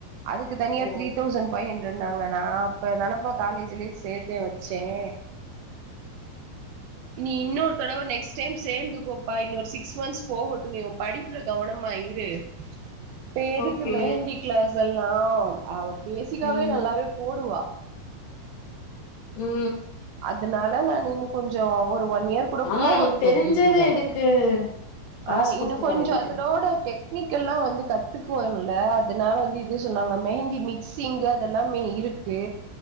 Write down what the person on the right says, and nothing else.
அதுக்கு தனியா
த்ரி தௌசண்ட் ஃபைவ் ஹண்ட்ரட் நாங்க நா அப்ப தானப்பா காலேஜ்லயே சேத்தே வச்சேன் இனி இன்னொரு தடவ நெக்ஸ்ட் டைம் சேர்ந்துக்கப்பா இன்னொரு சிக்ஸ் மந்த்ஸ் போகட்டும் நீ உன் படிப்புல கவனமா இரு இப்ப எதுக்கு
மெஹந்தி க்ளாஸ் இதெல்லாம் பேஸிக்காவே
நல்லாவே போடுவா
அதனால நான் இன்னும் கொஞ்சம் ஒரு ஒன் ஒன் இயர் கூட
போகட்டும்
அப்படின்ட நானு
ஆஹ்
இன்னும் கொஞ்சம்
அது லோடடெக் டெக்னிக் எல்லாம் வந்து கத்துக்குவோம்ல அதனால வந்து இது சொன்னாங்க மெஹந்தி மிக்சிங் அதெல்லாமே இரு க்கு